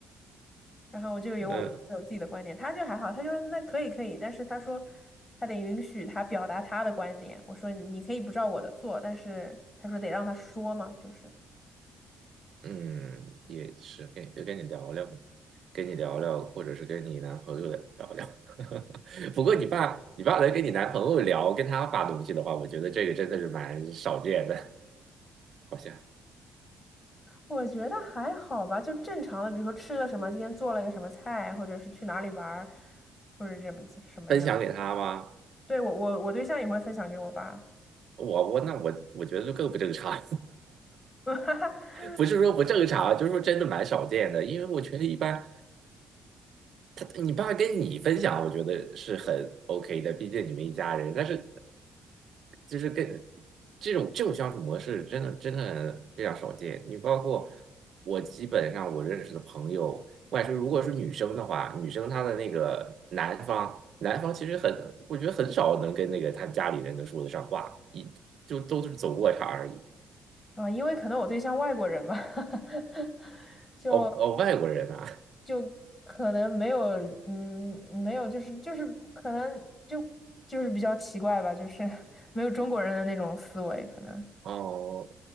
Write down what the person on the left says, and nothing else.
然后我就有我有自己的观点，
他就还好，他就说那可以可以，但是他说他得允许他表达他的观点。我说你可以不照我的做，但是他说得让他说嘛，就是
我觉得还好吧，就正常的，比如说吃了什么，今天做了个什么菜，或者是去哪里玩儿，或者怎么子什么样。
对，我我我对象也会分享给我吧，
<laughs>
啊，因为可能我对象外国人吧，<laughs> 就。
就可能没有，嗯，没有，就是就是可能就就是比较奇怪吧，就是 <laughs> 没有中国人的那种思维，可能